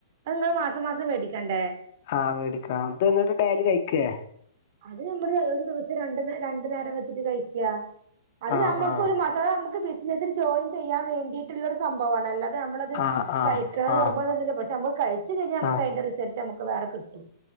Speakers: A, on the right; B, on the left.
A: നിങ്ങള് മാസം മാസം മേടിക്കണ്ടേ?
B: ആഹ് മേടിക്കണം അത് എന്നിട്ട് ഡെയലി കഴിക്കേ?
A: അത് നമ്മള് ഒരു ദിവസം രണ്ടു രണ്ടു നേരം വെച്ചിട്ട് കഴിക്ക അത്
B: ആ
A: നമ്മുക്ക്
B: ആ
A: ഒര്മട് <unintelligible> നമുക്ക് ബിസിനസ്സിൽ ജോയിൻ ചെയ്യാൻ വേണ്ടിയിട്ടുള്ള ഒരു സംഭവാണ് അല്ല നമ്മളത്
B: ആ ആ
A: കഴിക്കണംനിർബന്ധന്നുല്ല
B: ആ
A: പക്ഷെ നമ്മള് അത് കഴിച്ച്കയിഞ്ഞൽ നമുക്കതിന്റെ
B: ആ
A: റിസൾട്ട് ന വേറെ കിട്ടും